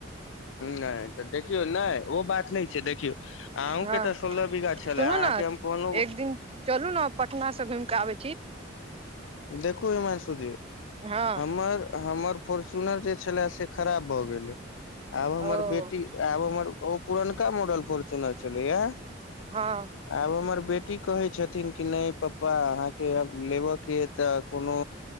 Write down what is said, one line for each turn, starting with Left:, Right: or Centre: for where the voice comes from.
Left: नहि तऽ देखियौ नहि ओ बात नहि छै देखियौ अहूँके
Right: हँ
Left: तऽ सोलह बीघा छलै
Right: सुनू
Left: अहाँके
Right: ने
Left: हम कहलहु
Right: एक दिन चलू ने पटना से घूमिक आबे
Left: देखू हिमांशु जी
Right: हँ
Left: हमर हमर फोर्च्युनर जे छले से खराब भऽ गेलै आब हमर
Right: ओ
Left: बेटी आब हमर ओ पुरनका मॉडल फोन सुनने छलैए
Right: हँ
Left: आब हमर बेटी कहै छथिन कि नहि पप्पा के लेबऽ के त कोनो